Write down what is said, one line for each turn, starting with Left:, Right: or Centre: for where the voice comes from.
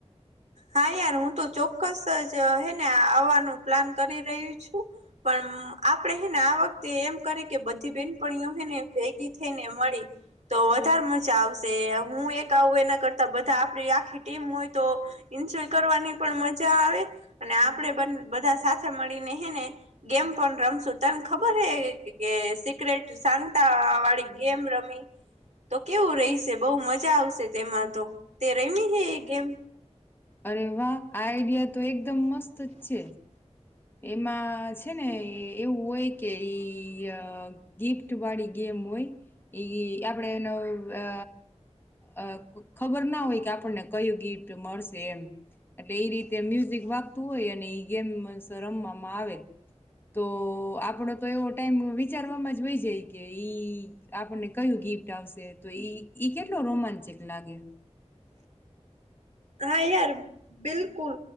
Right: હા યાર હું તો ચોક્કસ જ હે ને આવવાનું પ્લાન કરી રહ્યું છું પણ આપે હેને આ વખતે એમ કરી કે બધી બેનપણીઓ હને ભેગી થઈને મળી. તો વધારે મજા આવશે હું એક આવું એના કરતા બધા આપણી આખી ટીમ હોય તો એન્જોય કરવાની પણ મજા આવે અને આપણેે બધા સાથે મળીને હને ગેમ પણ રમશું તને ખબર હ કે સિક્રેટ સાતા વાળી ગેમ રમી તો કેવું રહીશે બહુ મજા આવશે તેમાં તો તે રમી હ એ ગેમ
Left: અરે વાહ આ આઈડિયા તો એકદમ મસ્ત જ છે એમાં છે ને એવું હોય કે ઈ ગિફ્ટ વાળી ગેમ હોય એ આપણે એનો અ અ ખબર ના હોય કે આપણને કયું ગિફ્ટ મળશે એમ એટલે એ રીતે મ્યુઝિક વાગતું હોય અને એ ગેમ રમવામાં આવે તો આપડો તો એવો ટાઈમ વિચારવામાં જ હોય જાય કે ઈ આપણને કયું ગિફ્ટ આવશે તો કેટલો રોમાંચક લાગે
Right: હા યાર બિલકુલ